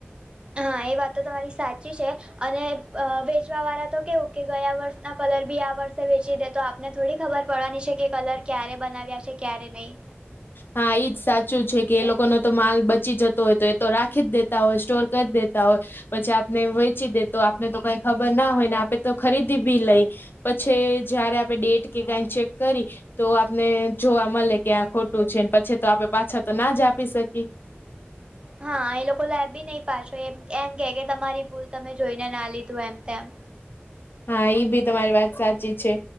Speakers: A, on the right (about 25°); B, on the left (about 55°).
A: હા એ વાત તો તમારી સાચી છે અને વેચવા વાળા તો કેવું કે ગયા વર્ષના કલર બી આ વર્ષે વેચી દે તો આપને થોડી ખબર પડવાની છે કે કલર ક્યારે બનાવ્યા છે ક્યારે નહીં
B: હા એજ સાચું છે કે એ લોકો ન તો માલ બચી જતો હોય તો એ તો રાખી જ દેતા હોય સ્ટોર કરી દેતા હોય પછી આપને વેચી દે તો આપને તો કઈ ખબર ના હોય ને આપણે તો ખરીદી ભી લઈ પછી જયારે આપણે ડેટ કે કઈ ચેક કરી તો આપને જોવા મળે કે આ ખોટ છે ને પછી તો આપે પાછા તો ના જ આપી શકીએ.
A: હા એ લોકો લેબી નહી પાછો એમ એમ કે કે તમારી ભૂલ તમે જોઈને ના લીધું એમ તેમ
B: હા ભી તમારી વાત સાચી છે